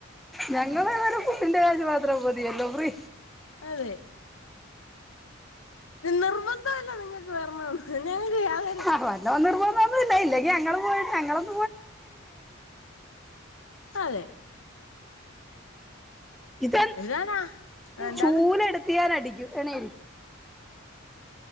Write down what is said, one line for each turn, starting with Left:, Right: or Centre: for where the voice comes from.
Centre: ഞങ്ങള് ഇവരെ കുട്ടിന്റെ കാശ് മാത്രം മതിയല്ലോ ഫീ
Left: അതെ നിർബന്ധല്ല നിങ്ങൾക്ക് വേരണോന്ന് ഞങ്ങക് യാതൊ
Centre: ആ വല്ലോന്ന നിർബന്ധമൊന്നുല്ല ഇല്ലെങ്കി ങ്ങങ്ങള് പോ ഞങ്ങളും
Left: അതെ
Centre: ഇതൻ
Left: ഇതാണാ എന്താണ്
Centre: ചൂല് എടുത്ത് ത്ത് ഞാനടിക്കു എണിര്